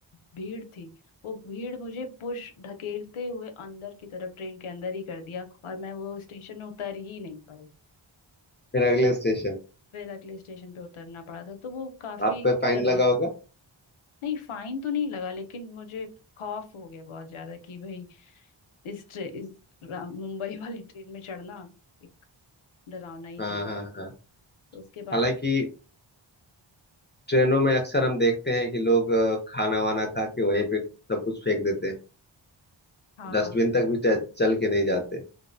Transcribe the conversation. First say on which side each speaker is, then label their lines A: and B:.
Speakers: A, on the left; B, on the left.
A: भीड़ थी वो भीड़ मुझे पुश धकेलते हुए अंदर की तरफ ट्रेन के अंदर ही कर दिया और मैं वो स्टेशन में उतर ही नहीं पाई
B: फिर अगले स्टेशन
A: फिर अगले स्टेशन पे उतरना पड़ा था तो वो काफी
B: आप पे फाइन
A: डरावना
B: लगा होगा
A: नहीं फाइन तो नहीं लगा लेकिन मुझे खौफ हो गया बहुत ज्यादा कि भाई इस, ट्रे, इस रा- मुंबई <laughs> वाली ट्रेन में चढ़ना एक डरावना ही
B: हाँ
A: चीज
B: हाँ हाँ
A: तो उसके बाद
B: हालांकि ट्रेनों में अक्सर हम देखते हैं कि लोग अ, खाना वाना खा के वहीं पे सब कुछ फेंक देते हैं
A: हाँ
B: डस्टबिन तक भी च- चल के नहीं जाते